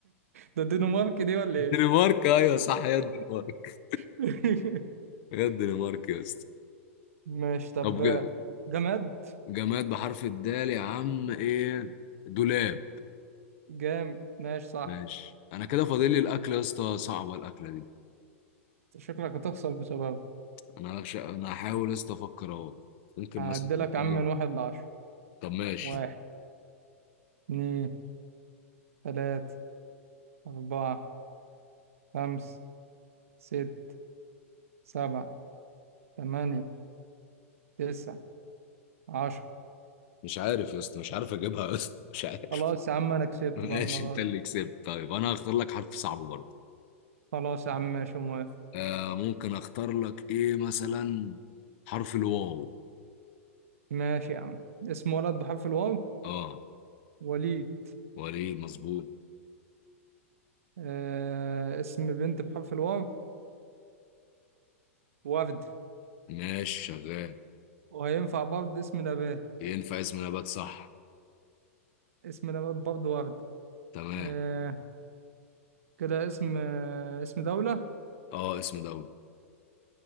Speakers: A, on the right; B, on the left.
A: ده الدنمارك دي ولا
B: الدنمارك
A: ايه
B: ايوه صح هي الدنمارك
A: <laughs>
B: هي الدنمارك يا اسطى
A: ماشي طب
B: طب ج-
A: جماد
B: جماد بحرف الدال يا عم ايه دولاب
A: جامد ماشي صح
B: ماشي انا كده فاضل لي الاكل يا اسطى صعبة الاكلة دي
A: شكلك هتخسر بسببه
B: انا هش- انا هحاول يا اسطى افكر اهو ممكن
A: هعدلك
B: مثلا
A: يا
B: إيه؟
A: عم من واحد لعشرة
B: طب ماشي
A: واحد اتنين تلاتة أربعة خمسة ست سبعة تمانية تسعة عشرة
B: مش عارف يا اسطى مش عارف اجيبها يا اسطى مش عارف
A: خلاص يا عم أنا كسبت
B: <laughs> ماشي
A: بقى المرة
B: انت
A: دي
B: اللي كسبت طيب انا هختار لك حرف صعب برضه
A: خلاص يا عم ماشي موافق
B: آه ممكن اختار لك ايه مثلا حرف الواو
A: ماشي يا عم اسم ولد بحرف الواو
B: اه
A: وليد
B: وريد مظبوط
A: آه اسم بنت بحرف الواو وردة
B: ماشي شغال
A: وهينفع برضه اسم نبات
B: ينفع اسم نبات صح
A: اسم نبات برضه وردة
B: تمام
A: آه كده اسم آه اسم دولة
B: اه اسم دولة